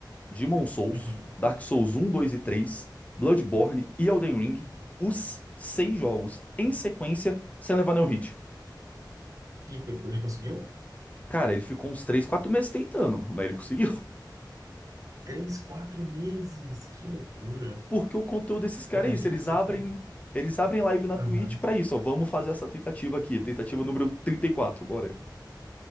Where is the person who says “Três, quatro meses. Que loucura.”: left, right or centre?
Right